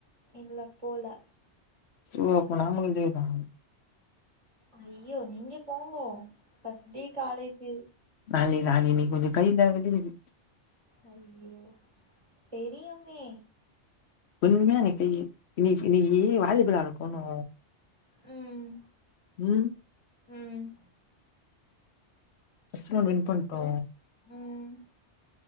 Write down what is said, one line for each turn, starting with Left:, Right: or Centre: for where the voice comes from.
Right: இல்ல போல
Left: ஸோ அப்ப நாங்களு லீவு தா
Right: ஐயோ நீங்க போங்கோ ஃபஸ்ட் டே காலேஜு
Left: நாளைகி நாளைகி நீ கொஞ்ச கைலா வெலிக்குது
Right: ஐயோ தெரியுமே
Left: உண்மயா இன்னகி கையி இன்னகி இன்னகி வாலி பாலாட போணோ
Right: ம்
Left: ம்
Right: ம்
Left: ஃபஸ்ட் ரவுண்ட் வின் பண்டோ
Right: அப்புறம் ம்